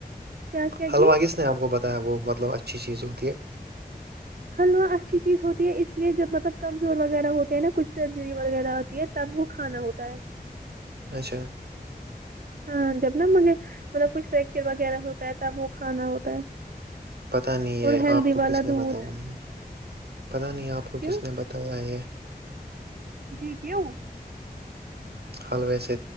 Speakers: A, on the right (about 65°); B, on the right (about 80°).
A: کیا کیا
B: حلوا
A: گھی
B: کس نے آپ کو بتایا وہ مطلب اچھی چیز ہوتی ہے
A: ہلوا اچھی چیز ہوتی ہے اس لیے جب مطلب کمزور وغیرہ ہوتے ہیں نا کچھ سرجری وغیرہ ہوتی ہے تب وہ کھانا ہوتا ہے
B: اچھا
A: ہاں جب نا مجھے مطلب کچھ فریکچر وغیرہ ہوتا ہے تب وہ کھانا ہوتا ہے
B: پتا نہیں ہے
A: اور ہیلدی
B: آپ کو
A: والا
B: کس نے
A: دودھ
B: بتایا ہے پتا نہیں آپ
A: کیوں
B: کو کس نے بتایا ہے
A: جی کیوں
B: حال ویسے